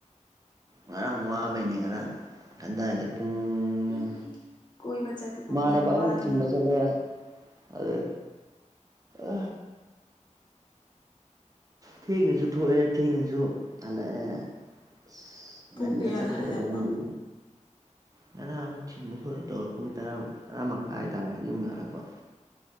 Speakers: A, on the right; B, on the left.
A: ꯉꯔꯥꯡ ꯋꯥꯕꯩꯅꯦ ꯉꯔꯥꯡ ꯀꯗꯥꯏꯗꯩ ꯄꯨꯡ ꯎꯝ
B: ꯏ ꯀꯣꯏꯕ ꯆꯠꯄꯕꯨ
A: ꯃꯥꯃꯅꯕ
B: ꯀꯌꯥꯝ ꯋꯥꯗꯣꯏꯅꯣ
A: ꯑꯃꯨꯛ ꯊꯤꯟꯕ ꯆꯠꯂꯦ ꯑꯗꯨ ꯑ ꯊꯦꯡꯅꯁꯨ ꯊꯣꯛꯑꯦ ꯊꯦꯡꯅꯁꯨ ꯍꯜꯂꯛꯑꯦ ꯑꯁ
B: ꯄꯨꯡ
A: ꯉꯟꯅ
B: ꯀꯌꯥꯗ
A: ꯆꯠꯀꯗꯕ
B: ꯍꯜꯂꯛꯄ
A: ꯂꯝꯕꯤ ꯉꯔꯥꯃꯨꯛ ꯊꯤꯟꯕ ꯈꯣꯠꯂꯨ ꯇꯧꯔꯒ ꯄꯨꯡ ꯇꯔꯥ ꯇꯔꯥ ꯃꯈꯥꯏ ꯇꯥꯔꯦ ꯌꯨꯝ ꯍꯜꯂꯛꯄ